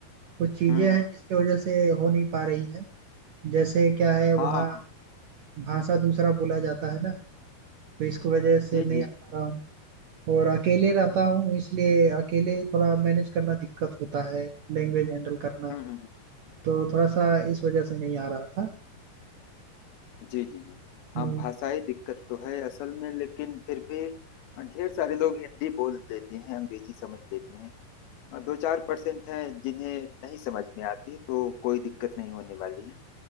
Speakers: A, on the right; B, on the left.
A: कुछ चीजें
B: हम्म
A: हैं जिसकी वजह से हो नहीं पा रही है जैसे क्या है वहाँ
B: हाँ
A: भाषा दूसरा बोला जाता है ना तो इसकी वजह से
B: जी
A: नहीं
B: जी
A: आ पा रहा हूँ और अकेले रहता
B: हाँ,
A: हूँ इसलिए अकेले थोड़ा मैनेज करना दिक्कत होता है लैंग्वेज हैंडल करना
B: हम्म हम्म हम्म।
A: तो थोड़ा सा इस वजह से नहीं आ रहा था
B: जी जी जी हाँ
A: हम्म,
B: भाषाई दिक्कत तो है असल में लेकिन फिर भी हाँ, ढेर सारे लोग हिंदी बोल लेते हैं अंग्रेजी समझ लेते हैं और दो चार परसेंट हैं जिन्हें नहीं समझ में आती तो कोई दिक्कत नहीं होने वाली है